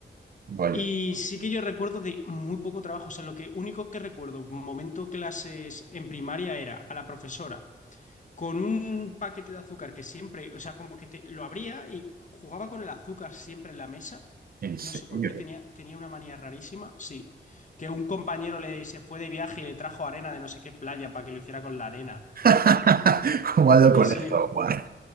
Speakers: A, on the right; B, on the left.
A: vaya.
B: Y sí que yo recuerdo de muy poco trabajo, o sea, lo que único que recuerdo, momento clases en primaria era a la profesora con un paquete de azúcar que siempre, o sea, como que te, lo abría y jugaba con el azúcar siempre en la mesa,
A: ¿En serio?
B: no sé por qué, tenía, tenía una manía rarísima, sí, que un compañero le se fue de viaje y le trajo arena de no sé qué playa para que lo hiciera con la arena.
A: <laughs> ¿Cómo ando
B: Sí,
A: con
B: sí,
A: eso? Buah.